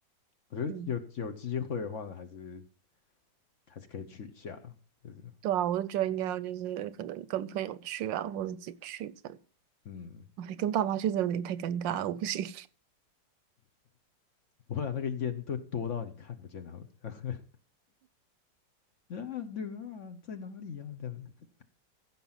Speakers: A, on the left (about 50°); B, on the right (about 85°).
A: 我觉得有有机会的话呢，
B: 嗯，
A: 还是还是可以去一下啦就是
B: 对啊，我就觉得应该要就是可能跟朋友去啊，或者自己去这样。
A: 嗯，
B: 哇，跟爸妈去真的有点太尴尬了，我不行。
A: 不会啊，那个烟都多到你看不见它们。<laughs> 啊，女儿啊，在哪里啊？这样子，